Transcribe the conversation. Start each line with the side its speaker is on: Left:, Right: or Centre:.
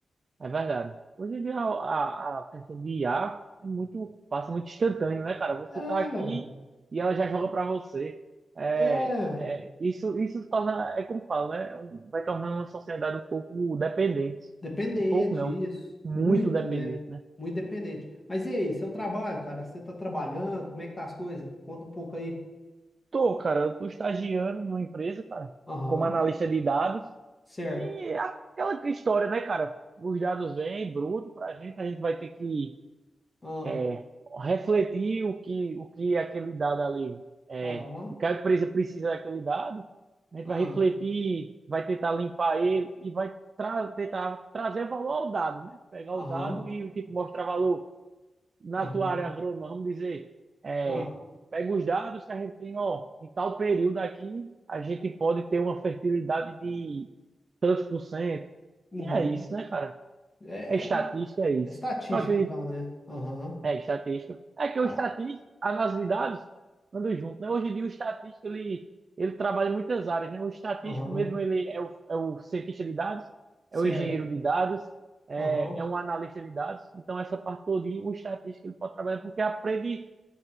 Right: É verdade. Hoje em dia a, a, a questão de IA é muito, passa muito instantâneo, né, cara? Você
Left: É,
Right: tá aqui e ela já joga pra você. É,
Left: é.
Right: é, isso, isso torna, é como falo, né? É um- Vai tornando uma sociedade um pouco dependente.
Left: Dependente,
Right: Um pouco não,
Left: isso.
Right: muito
Left: Muito,
Right: dependente,
Left: né?
Right: né?
Left: Muito dependente. Mas e aí, seu trabalho, cara? Você tá trabalhando? Como é que tá as coisas? Conta um pouco aí.
Right: Tô, cara, eu tô estagiando numa empresa, cara,
Left: Aham,
Right: como analista de dados.
Left: certo.
Right: E é aquela história, né, cara? Os dados vêm bruto pra gente, a gente vai ter que
Left: Ah,
Right: é, refletir o que, o que aquele dado ali é.
Left: aham,
Right: O que a empresa precisa daquele dado, a gente
Left: ah,
Right: vai refletir, vai tentar limpar ele e vai tra tentar trazer valor ao dado, né? Pegar
Left: aham,
Right: o dado e tipo, mostrar valor na
Left: aham,
Right: tua área agrônoma, vamos dizer, é,
Left: ah,
Right: pega os dados que a gente tem, ó, em tal período aqui, a gente pode ter uma fertilidade de tantos por cento.
Left: uhum.
Right: E é isso, né, cara?
Left: É,
Right: É estatística,
Left: é-
Right: é isso.
Left: é estatística,
Right: Eu acredito
Left: então, né? Aham,
Right: é, estatística. É que o
Left: ah,
Right: estatístico, análise de dados, andam junto, né? Hoje em dia o estatístico, ele, ele trabalha em muitas áreas, né? O estatístico
Left: aham,
Right: mesmo, ele é o, é o cientista de dados,
Left: certo.
Right: é o engenheiro de dados, é,
Left: Aham,
Right: é um analista de dados. Então, essa parte todinha, o estatístico, ele pode trabalhar porque aprende